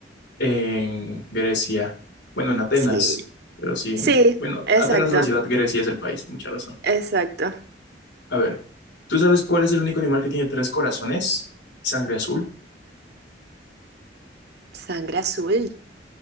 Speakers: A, on the left; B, on the right.
A: en Grecia. Bueno, en Atenas,
B: Sí.
A: pero sí, en-
B: Sí,
A: bueno,
B: exacto,
A: Atenas es la ciudad, Grecia es el país, mucha razón.
B: exacto.
A: A ver, ¿tú sabes cuál es el único animal que tiene tres corazones, sangre azul
B: Sangre azul.